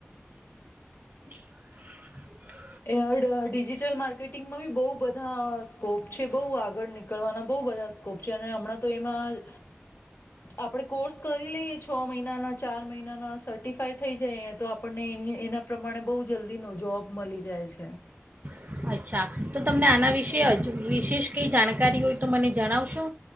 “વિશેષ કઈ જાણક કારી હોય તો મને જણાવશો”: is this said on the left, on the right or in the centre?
Right